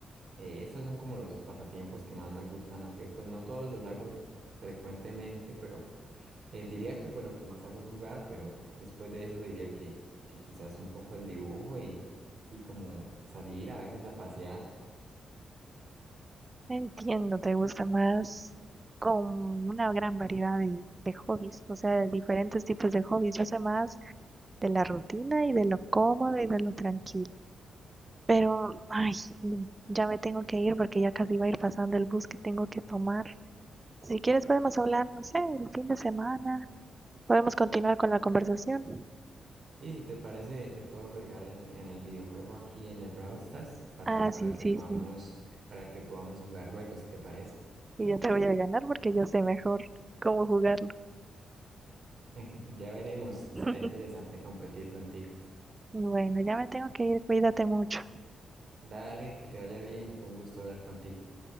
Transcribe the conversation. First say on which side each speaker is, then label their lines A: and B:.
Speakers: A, on the right; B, on the right.
A: Eh, esos son como los pasatiempos que más me gustan, aunque pues no todos los hago frecuentemente, pero eh, diría que pues lo que más hago es jugar, pero después de eso diría que, que quizás un poco el dibujo y, y como salir a veces a pasear.
B: Entiendo, te gusta más con una gran variedad de, de hobbies, o sea, de diferentes tipos de hobbies. Yo sé más de la rutina y de lo cómodo y de lo tranquilo. Pero, ay, mm, ya me tengo que ir porque ya casi va a ir pasando el bus que tengo que tomar. Si quieres podemos hablar, no sé, el fin de semana. Podemos continuar con la conversación.
A: Sí, si te parece, te puedo agregar en, en el videojuego aquí en el Brawl Stars para,
B: Ah,
A: para
B: sí,
A: que
B: sí,
A: podamos,
B: sí.
A: para que podamos jugar luego, si te parece.
B: Y yo te voy a ganar porque yo sé mejor cómo jugarlo.
A: <laughs> Ya veremos, será
B: <laughs>
A: interesante competir contigo.
B: Bueno, ya me tengo que ir. Cuídate mucho.
A: Dale, que te vaya bien, fue un gusto hablar contigo.